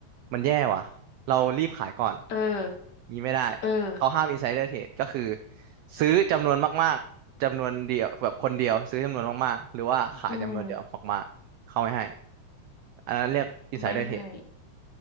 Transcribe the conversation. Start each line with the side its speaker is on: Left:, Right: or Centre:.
Right: มันแย่ว่ะเรารีบขายก่อน
Left: เออ
Right: งี้ไม่ได้
Left: เออ
Right: เขาห้าม insider trade ก็คือซื้อจำนวนมากๆจำนวนเดียวแบบคนเดียวซื้อจำนวนมากๆหรือว่าขายจำนวนเดียวมากๆเขาไม่ให้
Left: อืม
Right: อันนั้นเรียก insider
Left: ไม่ให้
Right: trade